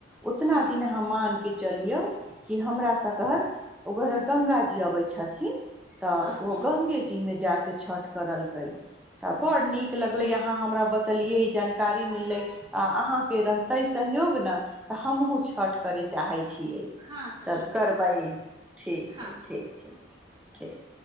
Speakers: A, in the centre; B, on the right.
A: अोत्ना
B: हँ
A: दिन आहा मान के च चलियौ कि हमरा स घर ओ गङ्ग जी अबै छथिन त ओ
B: अच्छा
A: गंगे जी मे जा के छठ कर करलकइ त बड नीक लग लइ आहा हमरा बतलियइ जनकारी मिल लइ आ आहा के रहतई सहियोग न त हम्हु छठ करै चाहै छियै
B: हँ
A: तब
B: ठीक
A: करबै
B: छै
A: ठीक
B: हँ
A: छै ठीक छै ठीक